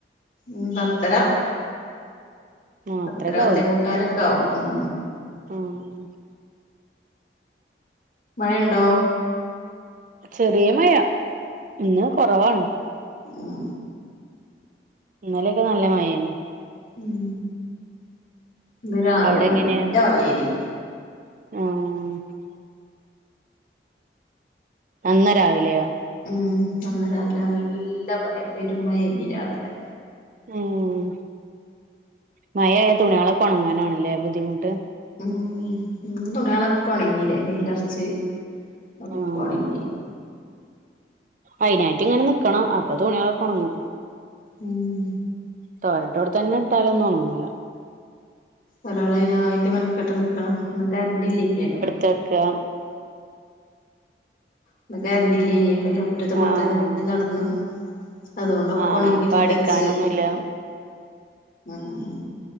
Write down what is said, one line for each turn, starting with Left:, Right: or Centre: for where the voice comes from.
Left: ഉം പത്തര
Right: ആഹ്
Left: പത്തര
Right: അത്രയൊക്കെ
Left: പത്തേമുക്കാലൊക്കെ ആവും ഉം
Right: ഉം
Left: മയണ്ടോ
Right: ചെറിയ മഴ ഇന്ന് കൊറവാണ്
Left: ഉം
Right: ഇന്നലെക്കെ നല്ല മഴേന്നു
Left: ഉം ഇന്ന് രാവിലെ
Right: അവിടെ എങ്ങനെ
Left: നല്ല മയേനി
Right: ആഹ് അന്ന രാവിലെയോ
Left: ഉം ഇന്ന് രാവിലെ നല്ല മയ പെരും മയേനി രാവിലെ
Right: ഉം മഴായാ തുണികളൊക്കെ ഉണങ്ങാനാണല്ലേ ബുദ്ധിമുട്ട്
Left: ഉം തുണികളൊക്കെ ഉണങ്ങില്ലേ വയിലൊറച്ച് ഒക്കെ
Right: ആഹ്
Left: ഉണങ്ങി
Right: അയ്നായിട്ടിങ്ങനെ നിക്കണം അപ്പൊ തുണിയോളൊക്കെയുണങ്ങും
Left: ഉം
Right: തോരട്ടോട്തന്നെ ഇട്ടാലൊന്നും ഒണങ്ങൂല
Left: ഒരാളയിനായിട്ട് മെനക്കെട്ട് നിക്കണം ഇന്ന് കരണ്ടില്ലേഞ്ഞാലോ
Right: തേക്കുക
Left: ഇന്ന് കരണ്ടില്ലേനി അപ്പൊ ഞാൻ മുറ്റത് കൂടെ
Right: ആഹ്
Left: തന്നെ നടന്ന് അതുകൊണ്ട് ഒക്കെയൊണങ്ങി
Right: ആഹ് അപ്പൊ
Left: എടുത്തു
Right: അടിക്കാനൊന്നുംല്ല
Left: വെച്ചല് ഉം